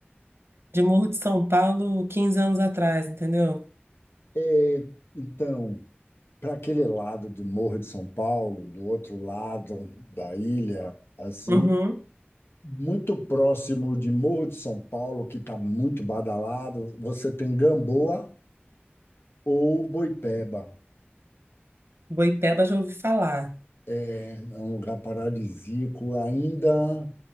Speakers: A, on the right; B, on the left.
A: de Morro de São Paulo quinze anos atrás, entendeu?
B: É, então, para aquele lado do Morro de São Paulo, do outro lado da ilha, assim,
A: Uhum.
B: muito próximo de Morro de São Paulo, que está muito badalado, você tem Gamboa ou Boipeba.
A: Boipeba já ouvi falar.
B: né? É um lugar paradisíaco, ainda